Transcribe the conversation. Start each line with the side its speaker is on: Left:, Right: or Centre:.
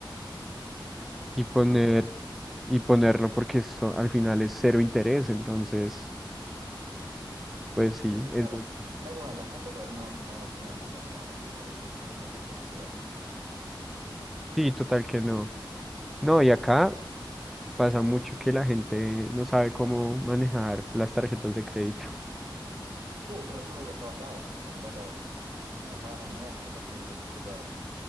Centre: Y poner,
Right: Sí, sí,
Centre: y ponerlo porque eso al final es cero interés, entonces, pues sí,
Right: sí, sí, claro.
Centre: es buenísimo.
Right: Sino que bueno, la gente por ahí no, no tiene tantas herramientas de, de educación financiera, ¿no?
Centre: Sí, total que no. No, y acá pasa mucho que la gente no sabe cómo manejar las tarjetas de crédito.
Right: Uh, pero yo creo que en todos lados, o sea, mirá los, en Estados Unidos, o sea, tienen como súper